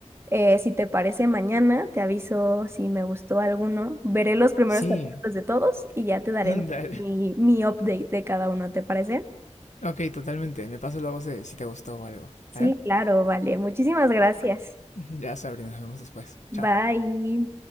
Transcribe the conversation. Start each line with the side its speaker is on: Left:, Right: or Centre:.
Right: eh, si te parece mañana, te aviso si me gustó alguno. Veré los primeros
Left: Sí,
Right: capítulos de todos y ya te daré
Left: <laughs> dale.
Right: mi, mi update de cada uno, ¿te parece?
Left: Ok, totalmente. Me paso luego si, si te gustó o algo.
Right: Sí,
Left: ¿Vale?
Right: claro, vale. Muchísimas gracias.
Left: <laughs> Ya, Sabrina, nos vemos después.
Right: Bye.
Left: Chao.